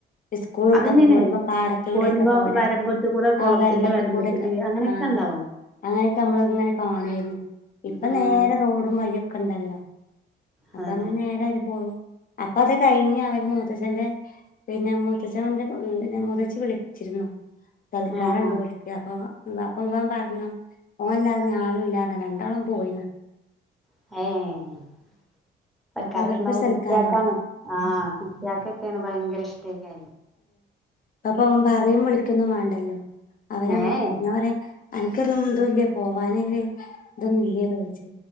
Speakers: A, on the left (about 45°); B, in the centre.
A: സ്കൂള് വിട്ടൊക്കെ
B: അതന്നെയാണ്
A: പോരുമ്പോ പാടത് ത്തൂടെക്കെ
B: പോരുമ്പോ
A: പോരാ
B: വരമ്പത്ത് കൂടെ കുളത്തിന്റെ
A: ആ വരമ്പത്തക്കെകൂടെക്കെ
B: വരമ്പത്തില് അങ്ങനെയൊക്കെ
A: ആഹ്
B: ഉണ്ടാവും
A: അങ്ങനെയൊക്കെ നമ്മൾ ഇങ്ങനെ കാണു ആയിരുന്നു ഇപ്പ
B: ആഹ്
A: നേരെ റോഡും വഴിയൊക്കെ ഇണ്ടല്ലോ. അപ്പൊ
B: അതന്നെ
A: നമ്മ നേരെ അതിലെ പോകും അപ്പൊ അത് കഴിഞ്ഞ് അവര് മൂത്തഛന്റെ പിന്നെ മൂത്തച്ചന്റെ പ് പിന്നെ മൂത്തച്ചി വിളിച്ചിരുന്നു. സൽക്കാരണ്ട്
B: ആഹ് ആഹ്
A: വിളിക്കാ അപ്പൊ അപ്പൊ ഇവൻ പറഞ്ഞു ഓൻല്ലാ തെ ഞാനും ഇല്ലാ <unintelligible> രണ്ടാളും പോയിന
B: അയേ സൽക്കാരൊക്കെ
A: അപ്പൊ അവർക്കൊരു
B: ഇണ്ടാകുമ്പോ
A: സൽക്കാരം
B: കുട്ട്യാക്കാണ്
A: കിട്ടി
B: ആഹ് കുട്ടിയക്കൊക്കെയാണ് ഭയങ്കര ഇഷ്ടക്കേ
A: അപ്പം അവൻ പറയും വിളിക്കുന്നും വേണ്ടല്ലോ അവരങ്ങ്
B: ഏഹ്
A: പോവും ഞാ പറയാ അനിക്കൊരു ഇതുല്ല പോവാന് ഇതൊന്നും ഇല്ലേ ന്ന് ചോച്ചു